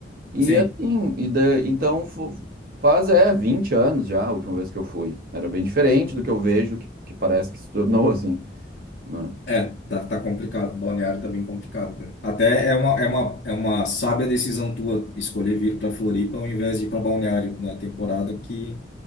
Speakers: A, on the right; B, on the left.
A: E
B: sim.
A: assim, e da- então fo- faz é 20 anos já a última vez que eu fui. Era bem diferente do que eu vejo que, que parece que se tornou assim, né?
B: É, tá, tá complicado. Balneário tá bem complicado, cara. Até é uma, é uma, é uma sábia decisão tua escolher vir pra Floripa ao invés de ir pra Balneário na temporada que